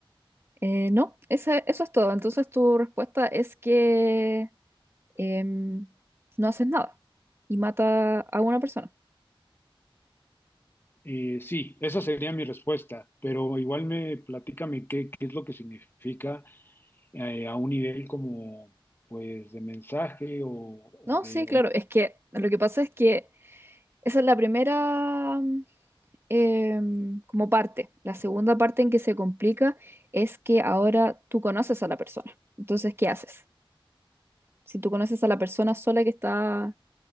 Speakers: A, on the right (about 25°); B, on the left (about 25°).
A: Eh, no, ese- eso es todo. Entonces, tu respuesta es que... em, no haces nada y mata a una persona.
B: Eh, sí, esa sería mi respuesta, pero igual me platícame qué, qué es lo que significa eh, a un nivel como pues de mensaje o, o
A: No,
B: de...
A: sí, claro, es que lo que pasa es que esa es la primera mm, em, como parte. La segunda parte en que se complica es que ahora tú conoces a la persona. Entonces, ¿qué haces? Si tú conoces a la persona sola que está